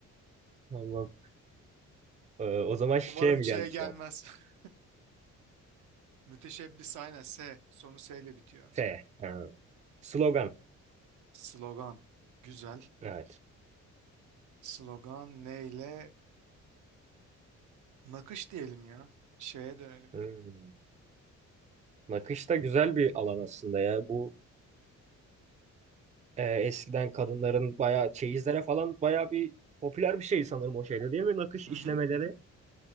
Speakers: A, on the right (about 25°); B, on the right (about 75°).
A: Tamam. Ee, o zaman şey
B: Umarım
A: mi
B: Ç'ye
A: geldi
B: gelmez.
A: şu an?
B: <laughs> Müteşebbis aynen S. Sonu S ile bitiyor.
A: S. Ha. Slogan.
B: Slogan. Güzel.
A: Evet.
B: Slogan neyle? Nakış diyelim ya. Şeye dönelim.
A: Hmm. Nakış da güzel bir alan aslında ya. Bu e, eskiden kadınların bayağı çeyizlere falan bayağı bir popüler bir şey sanırım o şeyde değil mi? Nakış
B: Hı
A: işlemeleri.
B: hı hı. hı.